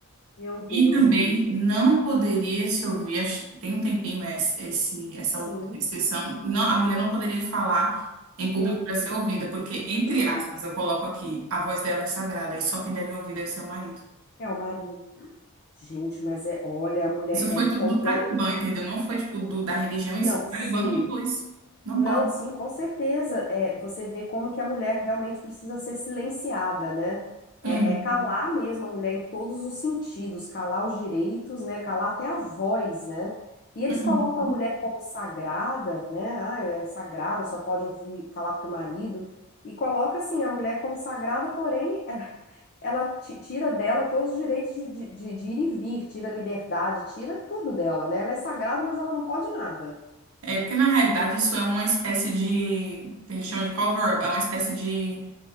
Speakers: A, on the left (about 45°); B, on the right (about 75°).
A: Meu Deus,
B: E também
A: amiga.
B: não poderia se ouvir, acho- tem um tempinho essa esse- essa
A: Sim,
B: outra restrição, não, a mulher não poderia falar em público
A: meu Deus.
B: para ser ouvida, porque, entre
A: <gasps>
B: aspas, eu coloco aqui, a voz dela é sagrada e só quem deve ouvir deve ser o marido.
A: É o marido. Gente, mas é, olha, a mulher
B: Isso foi
A: é
B: tudo
A: completa.
B: do Talibã, entendeu? Não foi, tipo, do, da religião
A: Não,
B: em si, o Talibã
A: sim,
B: que impôs. Não
A: não,
B: pode.
A: sim, com certeza. É, você vê como que a mulher realmente precisa ser silenciada, né? É,
B: Hum,
A: é calar mesmo a mulher em todos os sentidos, calar os direitos, né? Calar até a voz, né? E eles
B: hum.
A: colocam a mulher como sagrada, né? Ah, é sagrada, só pode ouvir falar para o marido. E coloca assim a mulher como sagrada, porém, é, ela ti- tira dela todos os direitos de, de, de- de ir e vir, tira a liberdade, tira tudo dela, né? Ela é sagrada, mas ela não pode nada.
B: É porque, na realidade, isso é uma espécie de, a gente chama de cover-up, é uma espécie de